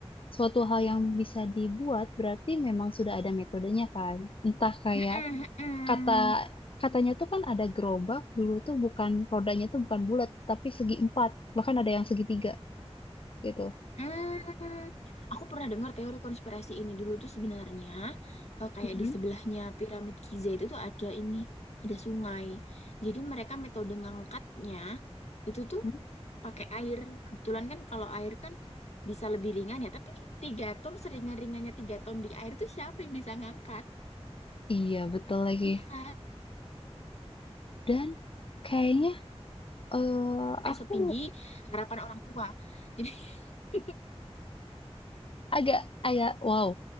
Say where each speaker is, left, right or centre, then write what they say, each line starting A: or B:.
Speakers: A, on the left; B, on the left.
A: suatu hal yang bisa dibuat berarti memang sudah ada metodenya kan. Entah kayak
B: Mm-mm, mm-mm.
A: kata katanya tuh kan ada gerobak dulu tuh bukan rodanya tuh bukan bulat tapi segi empat bahkan ada yang segitiga gitu
B: Hmm, aku pernah dengar teori konspirasi ini dulu tuh sebenarnya eh, kayak
A: Mm-mm.
B: di sebelahnya piramid Giza itu tuh ada ini, ada sungai. Jadi mereka metode ngangkatnya itu tuh
A: mm
B: pakai air. Kebetulan kan kalau air kan bisa lebih ringan ya, tapi tiga ton seringan-ringannya tiga ton di air tuh siapa yang bisa ngangkat?
A: iya betul lagi
B: Iya kan?
A: dan kayaknya eh
B: Sampai
A: aku
B: setinggi harapan orang tua. Jadi <laughs>
A: agak agak wow